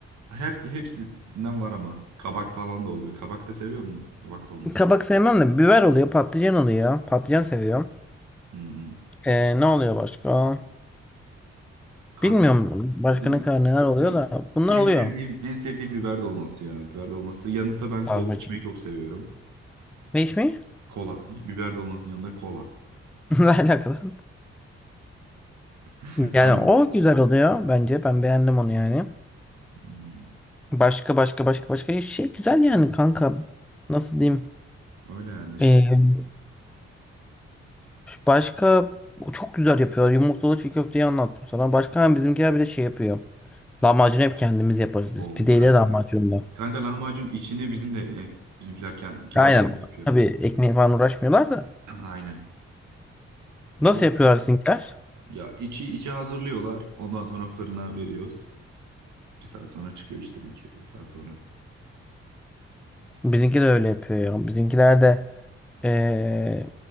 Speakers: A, on the right; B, in the centre.
A: Her hepsinden var ama kabak falan da oluyor. Kabak da seviyor mu Kabak da olmaz.
B: Kabak sevmem de biber oluyor. Patlıcan oluyor. Patlıcan seviyorum.
A: Hı hı.
B: E, ne oluyor başka?
A: Kanka
B: Bilmiyorum. Başka
A: Benim
B: ne kadar neler oluyor
A: en,
B: da. Bunlar
A: en
B: oluyor.
A: sevdiğim en sevdiğim biber dolması ya. Biber dolması. Yanında da ben
B: Sarmacı.
A: kola içmeyi çok seviyorum.
B: Ne iş mi?
A: Kola. Biber dolmasının yanında kola.
B: <laughs> Ne alakalı?
A: <clears throat>
B: Yani
A: <laughs> Ben-
B: o güzel oluyor bence. Ben beğendim onu yani.
A: Hmm,
B: Başka başka başka başka şey güzel yani kanka. Nasıl diyeyim?
A: Öyle yani işte.
B: Ee, başka o çok güzel yapıyor. Yumurtalı çiğ köfteyi anlattım sana. Başka hani bizimkiler bir de şey yapıyor. Lahmacun hep kendimiz yaparız biz.
A: Oo
B: Pideyle
A: kanka.
B: lahmacunla.
A: Kanka lahmacun içini bizim de hep bizimkiler kend- kendileri
B: Aynen.
A: yapıyor.
B: Tabii ekmeğe falan uğraşmıyorlar da.
A: <clears throat> Aynen.
B: Nasıl
A: O
B: yapıyorlar sizinkiler?
A: ya içi içi hazırlıyorlar. Ondan sonra fırına veriyoruz. Bir saat sonra çıkıyor işte bir iki saat sonra.
B: Bizimki de öyle yapıyor ya. Bizimkiler de ee,